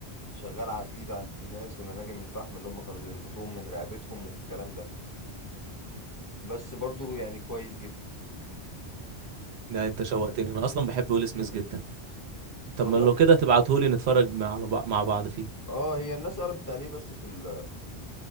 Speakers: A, on the left; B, on the right.
A: شغال عبيد عند الناس في مناجم الفحم اللي هم كانوا بيربطوهم من رقبتهم والكلام ده بس برضو يعني كويس جدا
B: لا انت شوقتني انا اصلا بحب ويل سميث جدا طب
A: والله
B: ما لو كده تبعتهولي نتفرج مع على بع- مع بعض فيه
A: اه هي الناس قلبت عليه بس في ال...